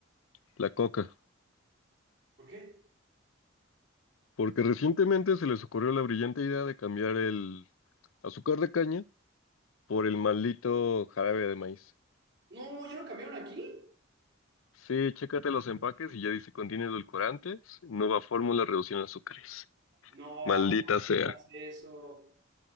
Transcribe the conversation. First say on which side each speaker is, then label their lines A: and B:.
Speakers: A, on the left; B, on the right.
A: la Coca.
B: ¿Por qué?
A: Porque recientemente se les ocurrió la brillante idea de cambiar el azúcar de caña por el maldito jarabe de maíz.
B: No, ¿ya lo cambiaron aquí?
A: Sí, chécate los empaques y ya dice contiene edulcorantes, nueva fórmula reducción de azúcares.
B: No,
A: Maldita
B: no
A: sea.
B: digas eso.